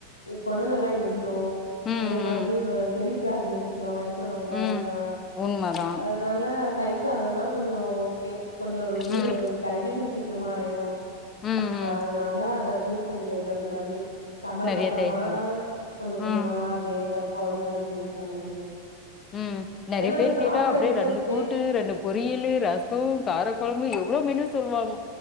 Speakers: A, on the left; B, on the left.
A: குடல்லல்லா எரியு
B: ம்
A: அதே மாதிரி
B: ம்
A: செரிக்காது ம் வயசானவங்ளா
B: ம்
A: இருந்தா
B: உண்மதா
A: அதனால தைய்ர் சாதன்னா கொஞ்சோ ஓகே கொஞ்ச ஓரளவுக்
B: ம்
A: டெய்ஜசன் சீக்கிரமா ஆயிடு
B: ம் ம்
A: அதனால அத சூஸ் பண்ணிக்கிறது அந்த மாதிரி சம்மருக்கு
B: நெறைய
A: அப்பறமா
B: தயிர் சாதம்
A: தா கொஞ்சோ கொஞ்சமா
B: ம்
A: அப்டியே ஏதாது குழம்பு அது இதுன்னு பண்ண முடியு
B: ம் நெறைய
A: இல்லன்னா
B: பேர்
A: இந்த சாப்ற
B: கேட்டா அப்டியே
A: இன்ட்ரெஸ்ட்டே
B: ரெண்டு கூட்டு ரெண்டு பொரியலு ரச காரக்குழம்பு எவ்வளவு மெனு சொல்லுவாங்க